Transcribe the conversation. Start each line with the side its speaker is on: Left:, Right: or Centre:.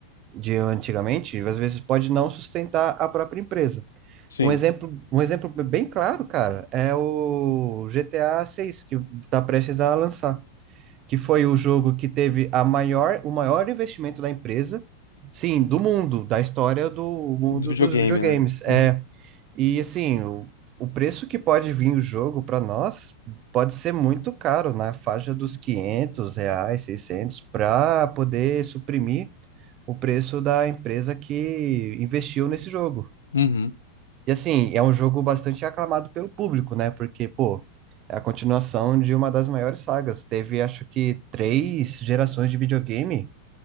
Right: de antigamente, às vezes pode não sustentar a própria empresa.
Left: Sim.
Right: Um exemplo, um exemplo bem claro, cara, é o GTA 6 que está prestes a lançar que foi o jogo que teve a maior, o maior investimento da empresa, sim, do mundo, da história do mundo
Left: Do videogame,
Right: dos videogames.
Left: né?
Right: É,
Left: Uhum.
Right: e assim, o, o preço que pode vir o jogo para nós pode ser muito caro, na faixa dos 500 reais, 600, para poder suprimir o preço da empresa que investiu nesse jogo.
Left: Uhum.
Right: E assim, é um jogo bastante aclamado pelo público, né? Porque, pô, é a continuação de uma das maiores sagas. Teve, acho que, três gerações de videogame